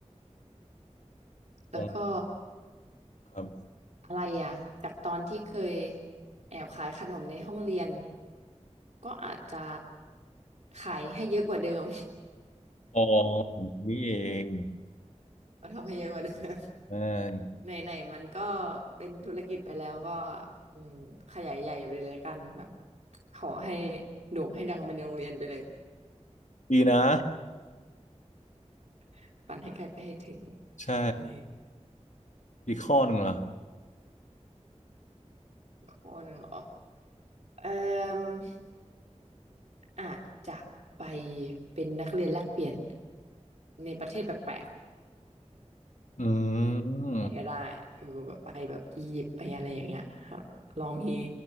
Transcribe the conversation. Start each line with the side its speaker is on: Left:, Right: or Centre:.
Right: แล้วก็
Left: ของครับ
Right: อะไรอ่ะจากตอนที่เคยแอบขายขนมในห้องเรียนก็อาจจะขายให้เยอะกว่าเดิม
Left: อ๋อนี่เอง
Right: <laughs> ทำให้เยอะกว่าเดิม
Left: ใช่
Right: ไหนไหนมันก็เป็นธุรกิจไปแล้วก็อืมขยายใหญ่ไปเลยละกันแบบขอให้โด่งให้ดังไปในโรงเรียนไปเลย
Left: ดีนะ
Right: <laughs> ฝันให้ไกลไปให้ถึง
Left: ใช่
Right: เออ
Left: อีกข้อหนึ่งล่ะ
Right: ข้อหนึ่งเหรอเอ่ออาจจะไปเป็นนักเรียนแลกเปลี่ยนในประเทศแปลก
Left: อืม
Right: ๆไหนก็ได้เออแบบไปแบบอียิปต์ไปอะไรอย่างเงี้ยครับลองมี